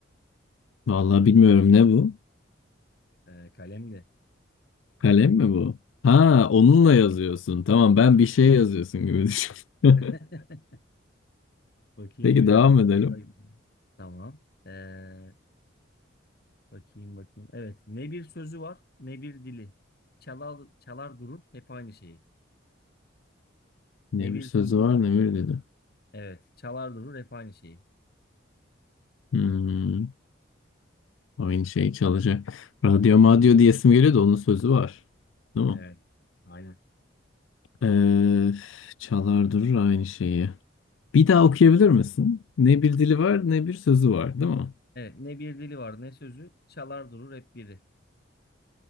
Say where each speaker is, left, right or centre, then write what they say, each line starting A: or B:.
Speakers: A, on the left; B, on the left.
A: Vallahi bilmiyorum ne bu?
B: Ee, kalem de.
A: Kalem mi bu? Ha, onunla yazıyorsun. Tamam, ben bir şey yazıyorsun gibi düşün. <laughs>
B: <laughs> Bakayım
A: Peki
B: güzel
A: devam edelim.
B: bir şey var. Tamam. Ee, bakayım bakayım. Evet. Ne bir sözü var ne bir dili. Çalar, çalar durur hep aynı şeyi.
A: Ne
B: Ne bir
A: bir sözü
B: sözü
A: var
B: var.
A: ne bir dedi.
B: Evet. Çalar durur hep aynı şeyi.
A: Hmm, aynı şey çalacak. Radyo madyo diyesim geliyor da onun sözü var. Değil mi?
B: Evet. Aynen.
A: Ee, çalar durur aynı şeyi. Bir daha okuyabilir misin? Ne bir dili var ne bir sözü var değil mi?
B: Evet. Ne bir dili var ne sözü. Çalar durur hep biri.